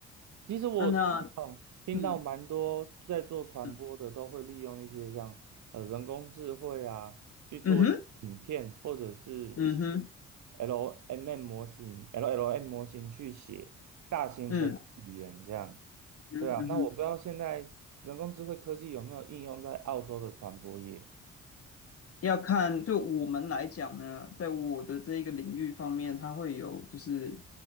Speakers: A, on the right (about 50°); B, on the left (about 40°).
A: 其实我听到听到蛮多在做传播的都会利用一些像呃人工智慧啊去做影片或者是
B: 啊，那，嗯嗯嗯哼，嗯哼，
A: LMM 模型、LLM 模型去写大型程式语言这样。
B: 嗯嗯嗯哼。
A: 对啊，那我不知道现在人工智慧科技有没有应用在澳洲的传播业？
B: 要看对我们来讲呢，在我的这一个领域方面，它会有就是